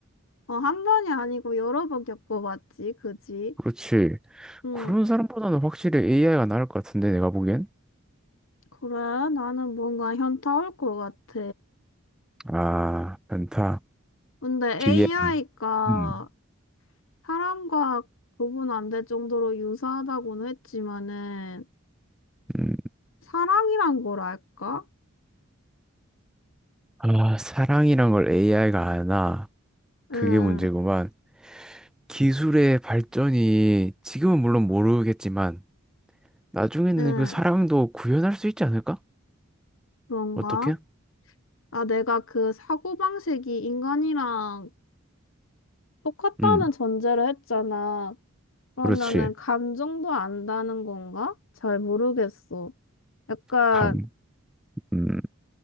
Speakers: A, on the left (about 70°); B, in the centre.
A: 어, 한 번이 아니고 여러 번 겪어봤지, 그지?
B: 그렇지.
A: 응,
B: 그런 사람보다는 확실히 AI가 나을 것 같은데 내가 보기엔.
A: 그래. 나는 뭔가 현타 올 것 같아.
B: 아, 많다.
A: 근데
B: 기회.
A: AI가
B: 음.
A: 사람과 구분 안 될 정도로 유사하다고는 했지만은,
B: 음.
A: 사랑이란 걸 알까?
B: 아, 사랑이란 걸 AI가 아나.
A: 응,
B: 그게 문제구만. 기술의 발전이 지금은 물론 모르겠지만 나중에는
A: 응,
B: 그 사랑도 구현할 수 있지 않을까?
A: 그런가?
B: 어떻게?
A: 아, 내가 그 사고방식이 인간이랑 똑같다는
B: 음,
A: 전제를 했잖아. 그러면은
B: 그렇지.
A: 감정도 안다는 건가? 잘 모르겠어. 약간
B: 감. 음,